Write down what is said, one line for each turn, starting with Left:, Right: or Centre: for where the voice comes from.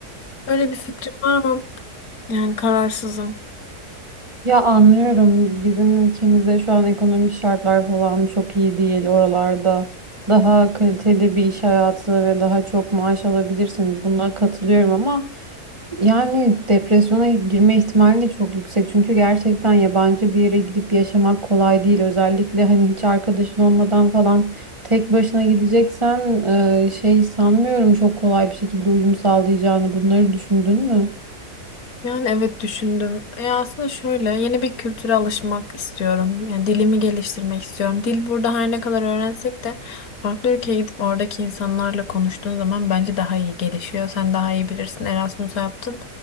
Left: Öyle bir fikrim var ama yani kararsızım.
Right: Ya anlıyorum. Bizim ülkemizde şu an ekonomik şartlar falan çok iyi değil. Oralarda daha kaliteli bir iş hayatı ve daha çok maaş alabilirsiniz. Buna katılıyorum ama Yani depresyona girme ihtimali de çok yüksek. Çünkü gerçekten yabancı bir yere gidip yaşamak kolay değil. Özellikle hani hiç arkadaşın olmadan falan tek başına gideceksen e, şey sanmıyorum çok kolay bir şekilde uyum sağlayacağını. Bunları düşündün mü?
Left: Yani evet düşündüm. E aslında şöyle yeni bir kültüre alışmak istiyorum. Yani dilimi geliştirmek istiyorum. Dil burada her ne kadar öğrensek de farklı ülkeye gidip oradaki insanlarla konuştuğun zaman bence daha iyi gelişiyor. Sen daha iyi bilirsin. Erasmus'u yaptın.